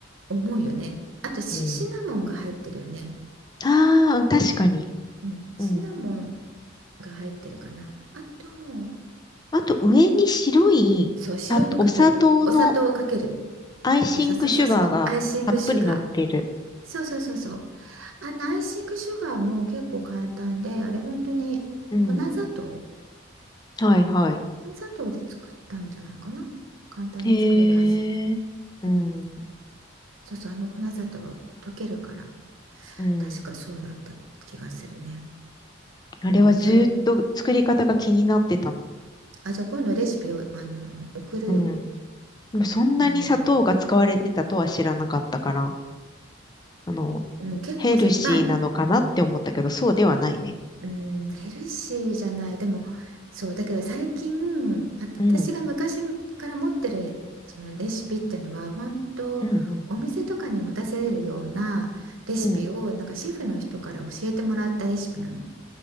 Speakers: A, on the right; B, on the left.
A: 重いよね。あとシ、
B: うん。
A: シナモンが入ってるよね。
B: ああ、確かに。
A: うん。シナモン
B: うん。
A: が入ってるかな。あと、う
B: あと上に白いさお砂糖の
A: んそう、白いのかける。お砂糖をかける。
B: アイシングシュガーがたっぷり乗ってる。
A: そうそうそうそうアイシングシュガー。そうそうそうそう。あのアイシングシュガーも結構簡単で、あれ本当に粉砂糖。
B: うん。はいはい。
A: 粉砂糖で作ったんじゃないかな。簡単に作れるはず。
B: へえ。うん。
A: うん、粉、そうそう、あの粉砂糖溶けるから、
B: うん。
A: 確かそうだった気がするね。
B: あれはずーっと作り方が気になってたの。
A: うん、キャロ、あ、じゃあ今度レシピを、あの、送るよ。
B: うん。でもそんなに砂糖が使われてたとは知らなかったから、
A: あの、
B: あの、
A: うん、結構さ、
B: ヘルシーなのかなって思ったけど、
A: まあ、
B: そうではないね。
A: うん、ヘルシーじゃない、でも、そう、だけど最近、あ私が昔から持ってるそのレシピっていうのは、
B: うん、
A: 本当お店とかにも出せるようなレシピを、
B: うん、うん、うん。
A: なんかシェフの人から教えてもらったレシピなの。